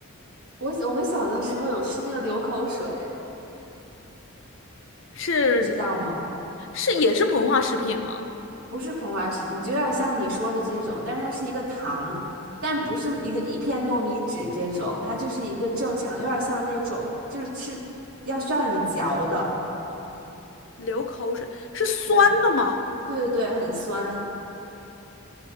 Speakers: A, on the right (about 80°); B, on the left (about 55°).
A: 我我们小的时候有吃那个流口水，
B: 是
A: 你知道吗？
B: 是也是膨化食品吗？
A: 不是膨化食品，就有点像你说的这种，但是它是一个糖，但不是一个一片糯米纸这种，它就是一个正常，有点像那种就是吃要需要你嚼的，
B: 流口水，是酸的吗？
A: 对对对对，很酸。